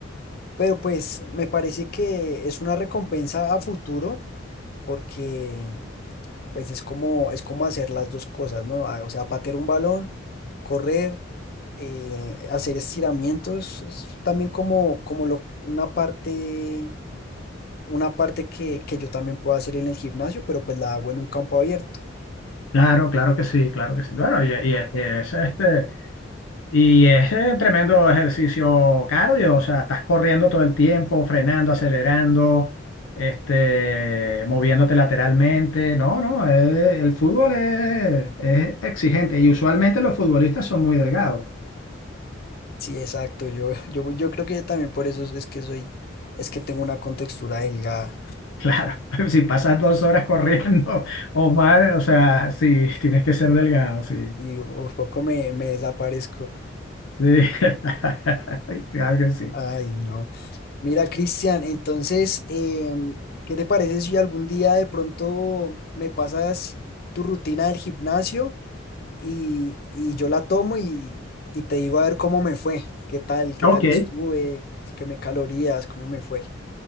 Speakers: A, on the left (about 50°); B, on the left (about 85°).
A: pero pues me parece que es una recompensa a futuro porque pues es como, es como hacer las dos cosas, ¿no? Ah, O sea, patear un balón, correr, eh, hacer estiramientos, es también como, como lo, una parte una parte que, que yo también puedo hacer en el gimnasio, pero pues la hago en un campo abierto.
B: Claro, claro que sí, claro que sí. Bueno, y, y- y es este, y es eh, tremendo ejercicio cardio. O sea, estás corriendo todo el tiempo, frenando, acelerando, este, moviéndote lateralmente. No, no, eh, el fútbol es, es exigente. Y usualmente los futbolistas son muy delgados.
A: Sí, exacto. Yo, <laughs> yo, yo creo que también por eso es es que soy, es que tengo una contextura delgada
B: Claro, <laughs> si pasas dos horas corriendo o más, o sea, sí, tienes que ser delgado, sí.
A: y por poco me, me desaparezco.
B: Sí, <laughs> claro que sí.
A: Ay, no. Mira, Cristian, entonces, em, ¿qué te parece si algún día de pronto me pasas tu rutina del gimnasio y, y yo la tomo y, y te digo a ver cómo me fue? ¿Qué tal? ¿Qué
B: Ok,
A: tal estuve? Así que me calorías, ¿cómo me fue?